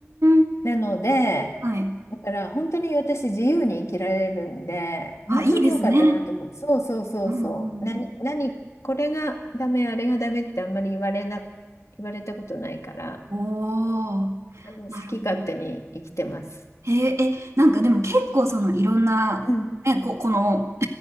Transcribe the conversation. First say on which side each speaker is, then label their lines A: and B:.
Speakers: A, on the right; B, on the left.
A: ん。
B: なので、
A: はい。
B: だから本当に私自由に生きられるんで、本当に良かったなと思って、
A: あ、いいですね。
B: そうそうそうそう、
A: うんうんう
B: 何、
A: ん。
B: 何、これがダメ、あれがダメってあんまり言われなく、言われたことないから、
A: おお、
B: あの好き勝手に生きてます。
A: なるほど。へえ、え、なんかでも結構そのいろんな、
B: うん。
A: ね、こ、この